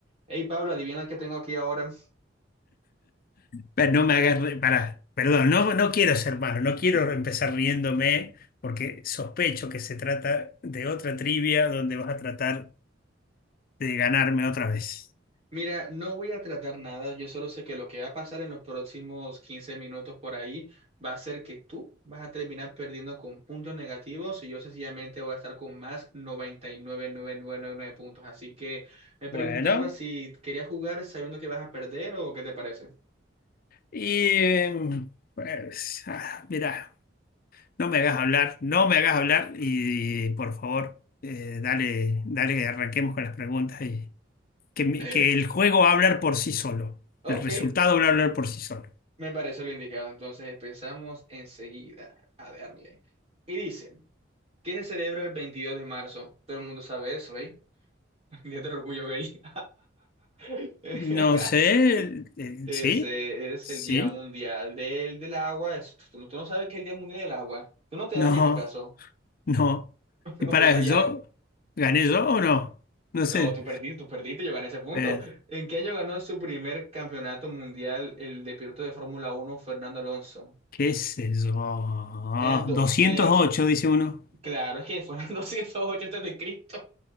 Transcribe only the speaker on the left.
Pero No me hagas re- pará, perdón, no, no quiero ser malo, no quiero empezar riéndome porque sospecho que se trata de otra trivia donde vas a tratar de ganarme otra vez.
Bueno,
y em, pues, ah, mirá, no me hagas hablar, no me hagas hablar y, por favor, eh, dale, dale que arranquemos con las preguntas y que, mi-
que el juego va a hablar por sí solo,
el resultado va a hablar por sí solo.
No sé, eh,
¿sí?
¿Sí?
No,
no.
Y para,
¿yo gané yo o no? No sé.
Eh,
¿Qué sé yo?
doscientos
ocho dice uno.